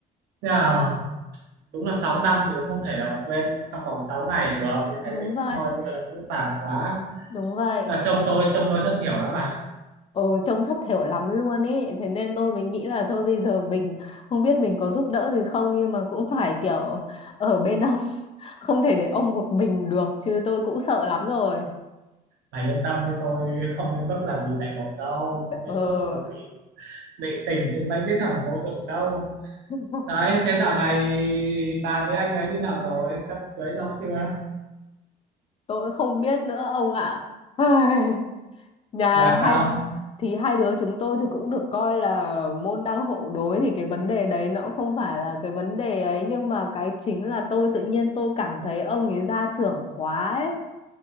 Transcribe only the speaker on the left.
đúng
vậy.
Đúng vậy.
Ừ, trông thất thểu lắm luôn ấy. Thế nên tôi mình nghĩ là thôi bây giờ mình không biết mình có giúp đỡ gì không nhưng mà cũng phải kiểu ở bên ông. <laughs> Không thể để ông một mình được chứ tôi cũng sợ lắm rồi.
Ừ.
<laughs>
Tôi cũng không biết nữa ông ạ. Ai, Nhà
hai
thì hai đứa chúng tôi thì cũng được coi là môn đăng hộ đối thì cái vấn đề đấy nó cũng không phải là cái vấn đề ấy nhưng mà cái chính là tôi tự nhiên tôi cảm thấy ông ấy gia trưởng quá ấy